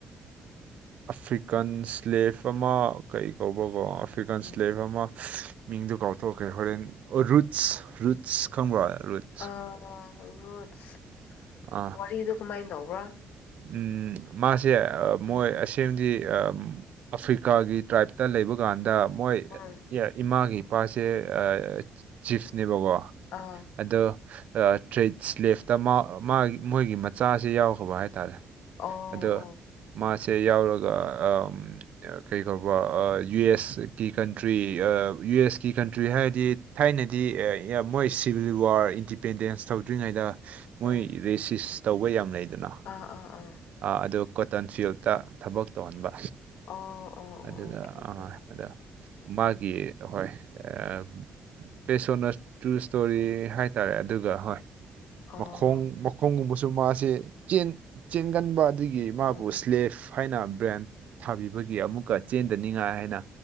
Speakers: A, on the right; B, on the left.
A: ꯑꯐ꯭ꯔꯤꯀꯥꯟ ꯏꯁ꯭ꯂꯦꯞ ꯑꯃ ꯀꯩ ꯀꯧꯕꯀꯣ ꯑꯐ꯭ꯔꯤꯀꯥꯟ
B: ꯎꯝ
A: ꯏꯁꯂꯦꯞ ꯑꯃ ꯃꯤꯡꯗꯨ ꯀꯥꯎꯊꯣꯛꯈ꯭ꯔꯦ ꯍꯣꯔꯦꯟ ꯑꯣ ꯔꯨꯠꯁ ꯔꯨꯠꯁ ꯈꯪꯕ꯭ꯔꯣ ꯔꯨꯠ
B: ꯑꯥ ꯔꯨꯠꯁ
A: ꯑꯥ
B: ꯋꯥꯔꯤꯗꯣ ꯀꯃꯥꯏꯟ ꯇꯧꯕ꯭ꯔꯥ
A: ꯎꯝ ꯃꯥꯁꯦ ꯑꯥ
B: ꯎꯝ
A: ꯃꯣꯏ ꯑꯁꯦꯡꯕꯗꯤ ꯑꯝ ꯑꯐ꯭ꯔꯤꯀꯥꯒꯤ ꯇ꯭ꯔꯥꯏꯞꯇ ꯂꯩꯕ ꯀꯥꯟꯗ ꯃꯣꯏ
B: ꯎꯝ
A: ꯌ ꯏꯃꯥꯒꯤ ꯅꯨꯄꯥꯁꯦ ꯑꯥ ꯆꯤ ꯆꯤꯞꯁꯅꯦꯕꯀꯣ
B: ꯑꯥ
A: ꯑꯗꯣ ꯑꯥ ꯊ꯭ꯔꯤꯠꯁ ꯏꯁꯂꯦꯞꯇ ꯃꯥ ꯃꯥꯒꯤ ꯃꯣꯏꯒꯤ ꯃꯆꯥꯁꯤ ꯌꯥꯎꯈ꯭ꯔꯕ ꯍꯥꯏꯇꯥꯔꯦ
B: ꯑꯣ
A: ꯑꯗꯣ
B: ꯑꯣ
A: ꯃꯥꯁꯦ ꯌꯥꯎꯔꯒ ꯑꯥꯝ ꯑꯥ ꯀꯩ ꯀꯧꯕ ꯑꯏ ꯌꯨ ꯑꯦꯁ ꯀꯤ ꯀꯟꯇ꯭ꯔꯤ ꯑꯥ ꯌꯨ ꯑꯦꯁ ꯀꯤ ꯀꯟꯇ꯭ꯔꯤ ꯍꯥꯏꯗꯤ ꯊꯥꯏꯅꯗꯤ ꯑ ꯃꯣꯏ ꯁꯤꯚꯤꯜ ꯋꯥꯔ ꯏꯟꯗꯤꯄꯦꯟꯗꯦꯟꯁ ꯇꯧꯗ꯭ꯔꯤꯉꯩꯗ ꯃꯣꯏ
B: ꯎꯝ
A: ꯔꯦꯁꯤꯁ ꯇꯧꯕ ꯌꯥꯝ ꯂꯩꯗꯅ
B: ꯑꯥ ꯑꯥ ꯑꯥ
A: ꯑꯥ ꯑꯗꯨ ꯀꯣꯇꯟ ꯐꯤꯜꯇ ꯊꯕꯛ ꯇꯧꯍꯟꯕ
B: ꯑꯣ ꯑꯣ ꯑꯣ
A: ꯑꯗꯨꯗ
B: ꯑꯣꯀꯦ ꯑꯣꯀꯦ
A: ꯑꯥ ꯑꯗ ꯃꯥꯒꯤ ꯍꯣꯏ ꯑꯥꯝ ꯕꯦꯁ ꯑꯣꯟ ꯅ ꯇ꯭ꯔꯨ ꯏꯁꯇꯣꯔꯤ ꯍꯥꯏꯇꯥꯔꯦ ꯑꯗꯨꯒ ꯍꯣꯏ
B: ꯑꯣ
A: ꯃꯈꯣꯡ ꯃꯈꯣꯡꯒꯨꯝꯕꯁꯨ ꯃꯥꯁꯦ ꯆꯦꯟ ꯆꯦꯟꯒꯟꯕ ꯑꯗꯨꯒꯤ ꯃꯥꯕꯨ
B: ꯎꯝ
A: ꯁ꯭ꯂꯦꯐ ꯍꯥꯏꯅ ꯕ꯭ꯔꯦꯟ ꯊꯥꯕꯤꯕꯒꯤ ꯑꯃꯨꯛꯀ ꯆꯦꯟꯗꯅꯤꯡꯉꯥꯏ ꯍꯥꯏꯅ